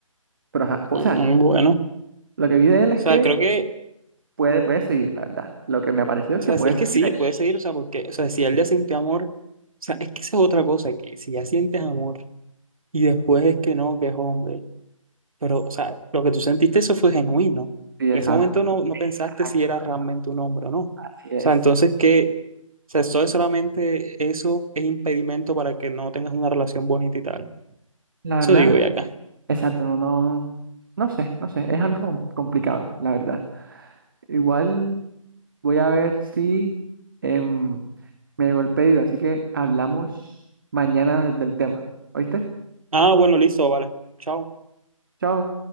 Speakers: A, on the right (about 40°); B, on the right (about 85°).
A: Pero ajá, o
B: Mm,
A: sea,
B: Bueno, o
A: lo que vi de él es
B: sea,
A: que
B: creo que,
A: Puede, puede seguir, la verdad. Lo que me pareció es
B: o sea,
A: que puede
B: es
A: seguir
B: que sí,
A: ahí.
B: puede seguir, o sea, porque, o sea, si él ya sintió amor, o sea, es que esa es otra cosa, que si ya sientes amor y después es que no, que es hombre Pero, o sea, lo que tú sentiste, eso fue genuino.
A: Sí, exacto.
B: En ese momento no, no
A: Exacto,
B: pensaste si era realmente
A: exacto.
B: un hombre o no. O
A: Así es.
B: sea, entonces, ¿qué? O sea, eso es solamente eso es impedimento para que no tengas una relación bonita y tal.
A: La verdad,
B: Eso digo ya acá.
A: exacto, no, no, no sé, no sé. Es algo com- complicado, la verdad. Igual voy a ver si em, me llegó el pedido, así que hablamos mañana del del tema. ¿Oíste?
B: Ah, bueno, listo, vale. Chao.
A: Chao.